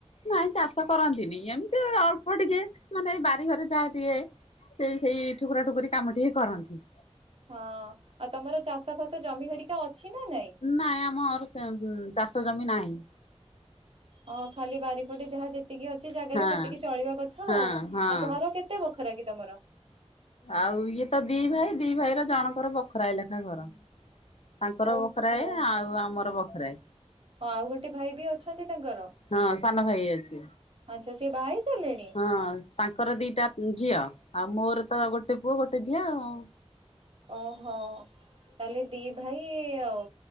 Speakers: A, on the left; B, on the right.
A: ନାଇଁ ଚାଷ କରନ୍ତିନି ଏମିତି ଅଳ୍ପ ଟିକେ ମାନେ ବାରିଘରେ ଯାହା ଟିକେ ସେ ସେଇ ଠୁକୁରା ଠୁକୁରି କାମଟି ହି କରନ୍ତି।
B: ହଁ ଆଉ ତମର ଚାଷ ଫାସ ଜମି ହରିକା ଅଛି ନା ନାଇଁ?
A: ନାଏ ଆମର ଚାଷ ଚାଷ ଜମି ନାହିଁ।
B: ଓ ଖାଲି ବାରିପଟେ ଯାହା ଯେତିକି ଅଛି ଜାଗାରେ
A: ହଁ
B: ସେତିକି ଚଳିବା କଥା
A: ହଁ
B: ଆଉ ଆଉ
A: ହଁ
B: ଘର କେତ୍ କେତେ ବଖରା କି ତମର?
A: ଆଉ ଇଏ ତ ଦି ଭାଇ ଦି ଭାଇ ର ଜଣଙ୍କର ବଖରା ଏ ଲେଖା ଘର। ତାଙ୍କର
B: ଓହୋ
A: ବଖରାଏ ଆଉ ଆମର ବଖରାଏ।
B: ଆଉ ଗୋଟେ ଭାଇ ବି ଅଛନ୍ତି ତାଙ୍କର
A: ହଁ ସାନ ଭାଇ ଅଛି।
B: ଆଛା ସେ ବାହା ହେଇ ସାରିଲେଣି।
A: ହଁ ତାଙ୍କର ଦିଟା ଝିଅ ଆଉ ମୋର ତ ଗୋଟେ ପୁଅ ଗୋଟେ ଝିଅ ଆଉ।
B: ଓହୋ ତାହେଲେ ଦି ଭାଇ ଆଉ।